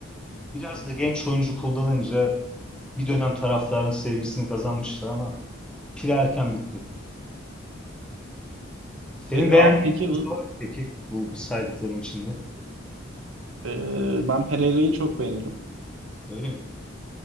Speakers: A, in the centre; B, on the right.
A: Biraz da genç oyuncu kullanınca bir dönem taraftarın sevgisini kazanmıştı ama pil erken bitti. Senin
B: Ee,
A: beğendiğin
B: abi peki
A: hoca
B: bu-
A: var mı peki bu saydıklarım içinde?
B: e, ben Pereira'yı çok beğenirim.
A: Öyle mi?